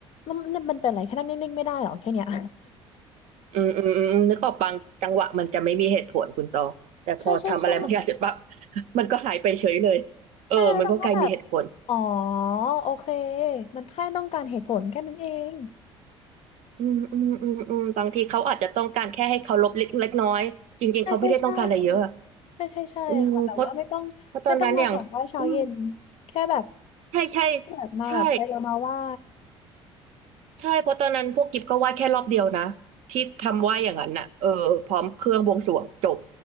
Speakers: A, on the left; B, on the right.
A: มันมันมันเป็นอะไรแค่นั่งนิ่งๆไม่ได้หรอแค่เนี้ย
B: อืมอืมอนึกออกบางจังหวะมันจะไม่มีเหตุผลคุณตองแต่พอทำอะไรบางอย่างเสร็จปั๊บ
A: <laughs> ใช่ใช่ใช่
B: มันก็หายไปเฉยเลยเออมันก็กลายมีเหตุผล
A: ใช่แล้วตองก็แบบอ๋อโอเคมันแค่ต้องการเหตุผลแค่นั้นเอง
B: อืมอืมอืมอืมบางทีเขาอาจจะต้องการแค่ให้เคารพเล็กเล็กน้อยจริงๆเขาไม่ได้ต้องการอะไรเยอะ
A: ใช่ใช่ใช่ใช่ใช่ใช่ค่ะแบบว่าไม่ต้องไม่ต้องมาขอไหว้เช้าเย็น
B: เออเพราะเพราะตอนนั้นอย่างอืม
A: แค่แบบ
B: ใช่ใช่
A: แบบมาแบบไปเรามาไหว้
B: ใช่ใช่เพราะตอนนั้นพวกกิฟก็ไหว้แค่รอบเดียวนะที่ทำไหว้อย่างนั้นน่ะเออพร้อมเครื่องบวงสรวงจบ